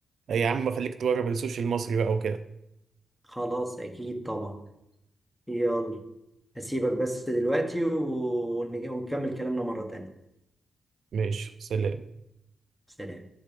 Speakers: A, on the right; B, in the centre.
A: يا عم خليك تجرب السوشي المصري بقى وكده
B: خلاص أكيد طبعا يلا هسيبك بس دلوقتي ونج- ونكمل كلامنا مرة تانية
A: ماشي سلام
B: سلام